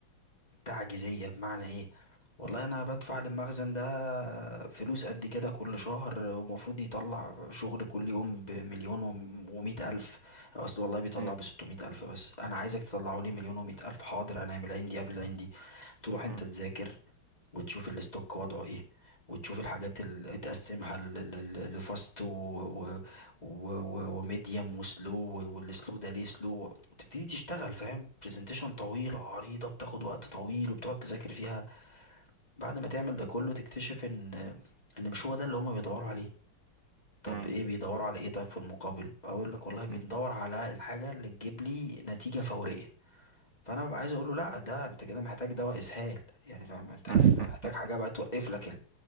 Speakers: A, on the left; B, on the right.
A: تعجيزية بمعنى ايه والله انا بدفع للمخزن ده فلوس قد كده كل شهر ومفروض يطلع شغل كل يوم بمليون وم- ومئة الف اصل والله بيطلع
B: مم.
A: بستمائة الف بس انا عايزك تطلعه لي مليون ومئة الف حاضر انا هعمل عندي قبل عندي تروح انت
B: مم.
A: تذاكر وتشوف الاستوك وضعه ايه وتشوف الحاجات اللي تقسمها ل- ل- ل- لفاست و... و... و... و- وميديوم وسلو والسلو ده ليه سلو وتبتدي تشتغل فاهم برزنتيشن طويلة عريضة بتاخد وقت طويل وبتقعد تذاكر فيها بعد ما تعمل ده كله تكتشف ان ان مش هو ده اللي هما بيدوروا عليه طب
B: مم.
A: ايه بيدوروا على ايه طيب في المقابل اقول لك والله بندور
B: مم.
A: على الحاجة اللي تجيب لي نتيجة فورية فانا ببقى عايز اقول له لا ده انت كده محتاج دواء اسهال يعني فاهم انت
B: <laughs>
A: محتاج حاجه بقى توقف لك